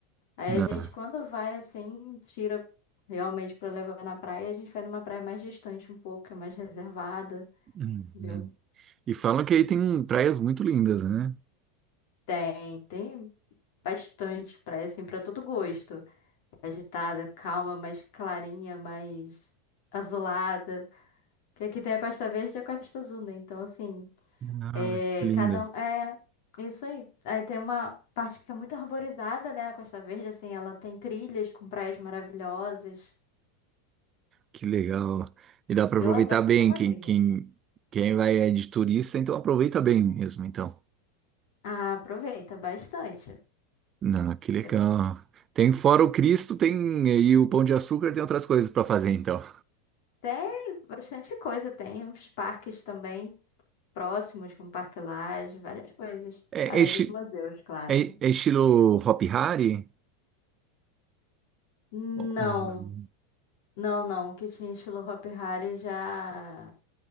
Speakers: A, on the left; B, on the right.
A: Aí
B: Não.
A: a gente, quando vai assim, tira realmente pra levar na praia, a gente vai numa praia mais distante um pouco, que é mais reservada,
B: Uhum.
A: entendeu?
B: E falam que aí tem praias muito lindas, né?
A: Tem, tem bastante praia, assim, pra todo gosto. Agitada, calma, mais clarinha, mais azulada. Que aqui tem a Costa Verde e a Costa Azul, né? Então, assim,
B: Ah,
A: é,
B: que linda,
A: cada um. É, é isso aí. Aí tem uma parte que é muito arborizada, né? A Costa Verde, assim, ela tem trilhas com praias maravilhosas.
B: que legal. E dá para
A: Eu
B: aproveitar
A: adoro
B: bem.
A: fazer uma
B: Quem,
A: trilha.
B: quem, quem vai é de turista, então aproveita bem mesmo, então.
A: Ah, aproveita bastante.
B: Não, que legal.
A: Eu-
B: Tem fora o Cristo, tem aí o Pão de Açúcar, tem outras coisas para fazer, então.
A: Tem bastante coisa, tem uns parques também próximos, como Parque Lage, várias coisas.
B: É,
A: Além
B: enche-
A: dos museus, claro,
B: É,
A: né?
B: é estilo Hop Hari?
A: Não,
B: Oh, hum,
A: não, não. O que tinha estilo Hopi Hari já,